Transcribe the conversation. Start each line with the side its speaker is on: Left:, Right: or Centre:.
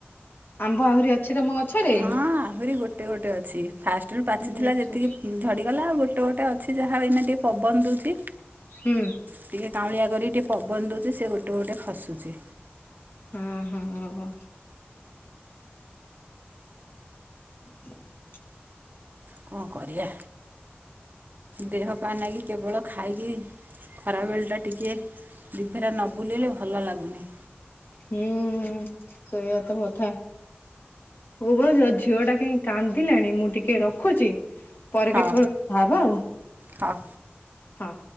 Left: ଆମ୍ବ ଆହୁରି ଅଛି ତମ ଗଛରେ
Right: ହଁ ଆହୁରି ଗୋଟେ ଗୋଟେ ଅଛି ଫାଷ୍ଟରୁ ପାଚିଥିଲା
Left: ଆଚ୍ଛା
Right: ଯେତିକି ଝଡିଗଲା ଆଉ ଗୋଟେ ଗୋଟେ ଅଛି ଯାହା ଏଇନା ଟିକେ ପବନ ଦଉଛି
Left: ହୁଁ
Right: ଟିକେ କାଉଁଳିଆ କରିକି ଟିକେ ପବନ ଦେଉଛି ସେ ଗୋଟେ ଗୋଟେ ଖସୁଛି
Left: ହଁ ହଁ <unintelligible>
Right: କଣ କରିବା ଦେହ ପାଁ ଲାଗି କେବଳ ଖାଇକି ଖରାବେଳଟା ଟିକିଏ ଦିଭେରା ନ ବୁଲିଲେ ଭଲ ଲାଗୁନି
Left: ହୁଁ ସେଇୟା ତ କଥା ହ ବଛ ଝିଅ ଟା କାହିଁ କାନ୍ଦିଲାଣି ମୁଁ ଟିକେ ରଖୁଛି ପରେ
Right: ହଁ
Left: କେତେବେଳେ କଥା ହେବା ଆଉ
Right: ହଁ
Left: ହଁ